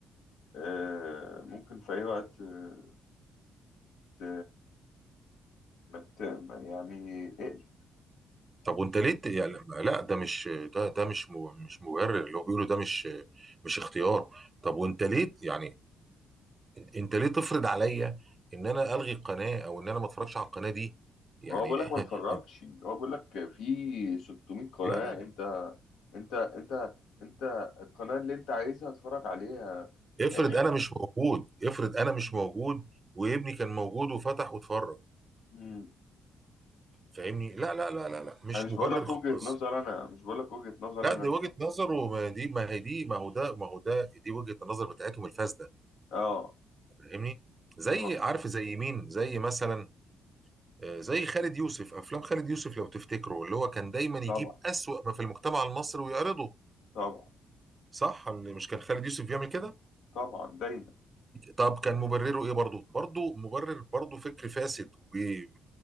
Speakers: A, on the left; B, on the right.
A: آه ممكن في اي وقت آه، ت... ما ت... ما- يعني اقلب
B: طب وانت ليه ت- يعني لما- لا ده مش ده ده مش مو- مش مبرر اللي هو بيقوله ده مش مش اختيار طب وانت ليه يعني انت ليه تفرض عليا ان انا الغي القناه او ان انا ما اتفرجش على القناه دي يعني
A: هو بيقول لك ما
B: <laughs>
A: تتفرجش هو بيقول لك في 600 قناة
B: لا لا
A: انت انت انت انت القناة اللي انت عايزها اتفرج عليها
B: افرض
A: آه.
B: انا مش موجود افرض انا مش موجود وابني كان موجود وفتح واتفرج
A: مم.
B: فاهمني لا لا لا لا لا مش
A: انا مش
B: مبرر
A: بقول لك
B: خالص
A: وجهة نظر انا مش بقول لك وجهة نظر
B: لا
A: انا
B: دي وجهه نظر وما دي ما هي دي ما هو ده ما هو ده دي وجهه النظر بتاعتهم الفاسده
A: اه
B: فاهمني زي
A: آه.
B: عارف زي مين زي مثلا آه، زي خالد يوسف افلام خالد يوسف لو تفتكروا اللي هو كان دايما يجيب
A: طبعا
B: اسوأ ما في المجتمع المصري ويعرضه
A: طبعا
B: صح اللي مش كان خالد يوسف بيعمل كده
A: طبعا دايما
B: طب كان مبرره ايه برضه برضه مبرر برضه فكر فاسد وبي-